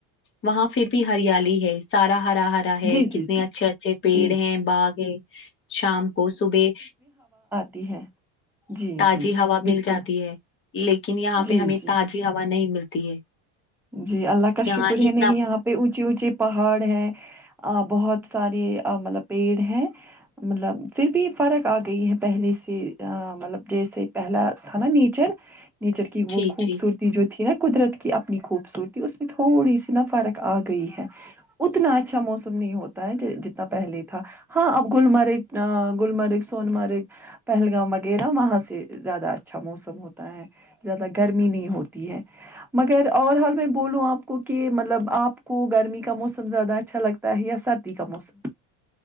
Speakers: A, on the left; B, in the centre.
A: وہاں پھر بھی ہریالی ہے سارا ہرا ہرا ہے
B: جی
A: کتنے
B: جی جی
A: اچھے اچھے پیڑ
B: جی
A: ہے باغ ہے شام کو صبح
B: تی ہے جی
A: تازی
B: جی
A: ہوا
B: بالکل
A: مل جاتی ہے لیکن یہاں پہ
B: جی
A: ہمیں
B: جی
A: تازی ہوا نہیں ملتی ہے
B: جی اللہ کا
A: یہاں
B: شکر
A: اتنا
B: ہے نہیں یہاں پہ اونچے اونچے پہاڑ ہیں آ بہت ساری آ مطلب پیڑ ہیں مطلب پھر بھی فرق آ گئی ہے پہلے سے آ مطلب جیسے پہلا تھا نا نیچر نیچر کی وہ
A: جی،
B: خوبصورتی
A: جی۔
B: جو تھی نا قدرت کی اپنی خوب صورتی اس میں تھوڑی سی نا فرق آ گئی ہے اتنا اچھا موسم نہیں ہوتا ہے جو جتنا پہلے تھا ہاں اب گللمرگ گلمرگ سونمرگ پہلگام وغیرہ وہاں سے زیادہ اچھا موسم ہوتا ہے زیادہ گرمی نہیں ہوتی ہے مگر اور ہم میں بولوں آپ کو کہ مطلب آپ کو گرمی کا موسم زیادہ اچھا لگتا ہے یا سردی کا موسم